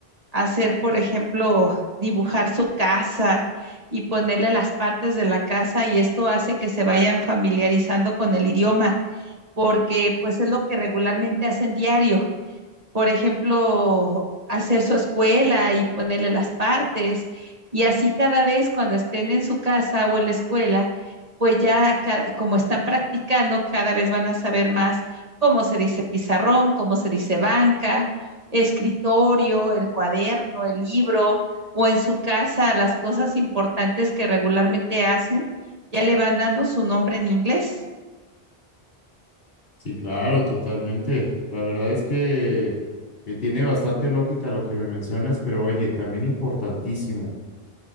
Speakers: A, on the right; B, on the left.
A: a hacer, por ejemplo, dibujar su casa y ponerle las partes de la casa y esto hace que se vayan familiarizando con el idioma porque pues es lo que regularmente hacen diario por ejemplo, hacer su escuela y ponerle las partes. Y así cada vez cuando estén en su casa o en la escuela, pues ya ca- como están practicando, cada vez van a saber más cómo se dice pizarrón, cómo se dice banca, escritorio, el cuaderno, el libro, o en su casa las cosas importantes que regularmente hacen, ya le van dando su nombre en inglés.
B: Sí, claro, totalmente. La verdad es que, que tiene bastante lógica lo que me mencionas, pero oye, también importantísimo